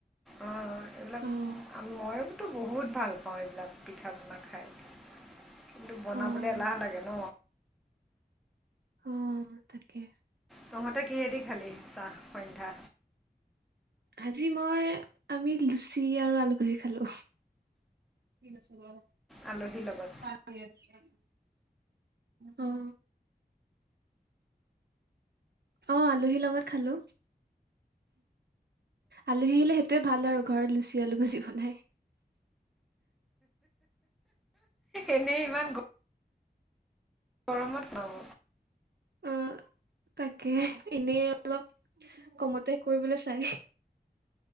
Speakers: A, in the centre; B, on the right.
A: অঁ এইবিলাক
B: অ',
A: ময়োতো বহুত ভাল পাওঁ এইবিলাক পিঠা পনা খাই কিন্তু বনাবলে
B: অ',
A: এলাহ লাগে ন
B: অহ তাকে
A: তহঁতে কিহেদি খালি চাহ সন্ধ্যা
B: আজি মই আমি লুচি আৰু আলু ভাজি খালো <unintelligible>
A: আলহীৰ লগত
B: অহ অ আলহীৰ লগত খালো আলহী আহিলে সেইটোৱে ভাল আৰু ঘৰত লুচি আলু ভাজি বনাই
A: এনেই ইমান গ গৰমত ল'ব।
B: অ', তাকে এনে অলপ কমতে কৰিবলৈ চাই।